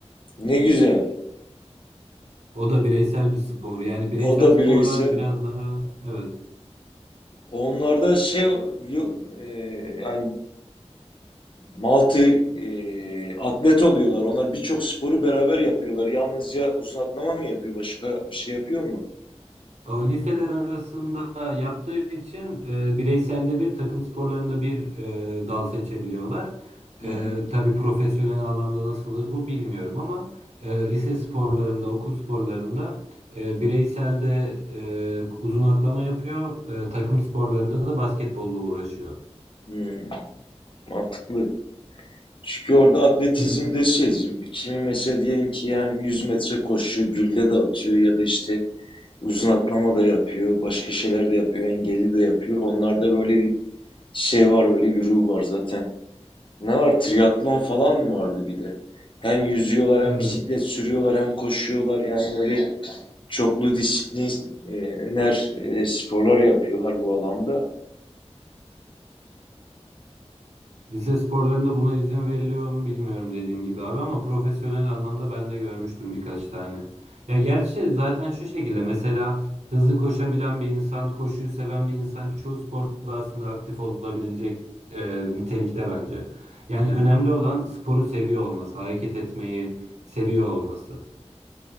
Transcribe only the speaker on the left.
Ne güzel.
O da
bireysel.
Onlarda şey yok, e, yani multi e, atlet oluyorlar. Onlar birçok sporu beraber yapıyorlar. Yalnızca uzun atlama mı yapıyor? Başka bir şey yapıyor mu?
Hı
hı.
Hmm, mantıklı. Çünkü orada atletizmde
şey, kimi mesela diyelim ki hem 100 metre koşuyor, gülle de atıyor ya da işte uzun atlama da yapıyor, başka şeyler de yapıyor, engelli de yapıyor. Onlarda böyle bir şey var, öyle bir ruh var zaten. Ne var? Triatlon falan mı vardı bir de? Hem yüzüyorlar, hem
bisiklet sürüyorlar, hem koşuyorlar. Yani öyle Çoklu disipliner e, sporlar yapıyorlar bu alanda.